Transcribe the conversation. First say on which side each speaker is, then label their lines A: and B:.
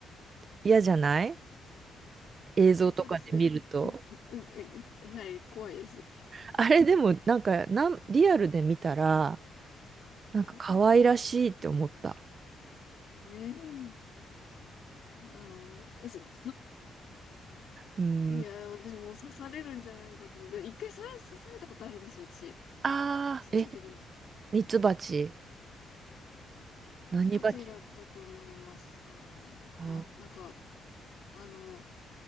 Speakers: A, on the right; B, on the left.
A: 嫌じゃない映像とかで見ると。
B: 水槽ですね。うん、うんはい、怖いです。
A: あれでも、なんか、なん、リアルで見たら、なんか可愛らしいって思った。
B: はい。ええー、あの、えそう
A: うん。
B: いや、私もう刺されるんじゃないかと思って、一回それ刺されたことあるんですよ、私。
A: ああ、
B: ちっちゃい時に。
A: え、ミツバチ。
B: ミツバチだったと思います、
A: 何バチ
B: 多分。
A: あ
B: いや、なんか、あの、